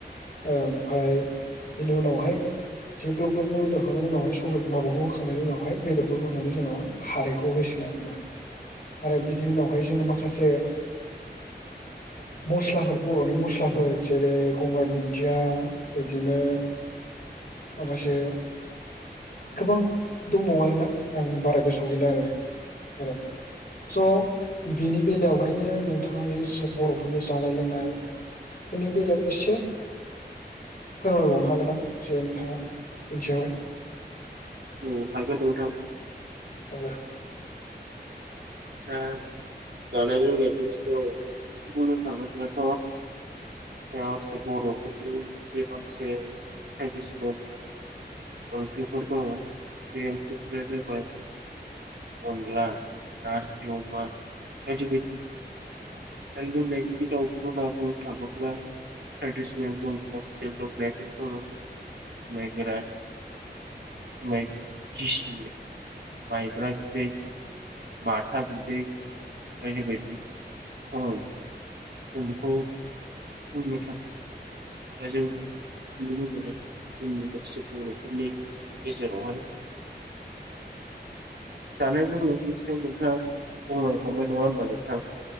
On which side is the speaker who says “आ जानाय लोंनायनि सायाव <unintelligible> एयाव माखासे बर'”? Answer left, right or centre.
Right